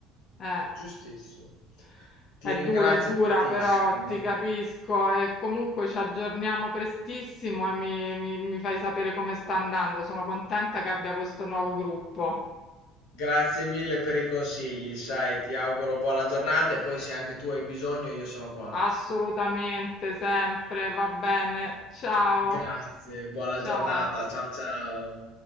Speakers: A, on the left; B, on the left.
A: eh,
B: giustissimo.
A: sì.
B: Ti
A: È
B: ringrazio
A: dura, è dura,
B: tantissimo.
A: però ti
B: eh.
A: capisco e comunque ci aggiorniamo prestissimo e mi, mi mi fai sapere come sta andando. Sono contenta che abbia questo nuovo gruppo.
B: Grazie mille per i consigli, sai, ti auguro buona giornata e poi se anche tu hai bisogno io sono qua.
A: Assolutamente, sempre, va bene. Ciao,
B: Grazie, buona
A: ciao.
B: giornata, ciao ciao.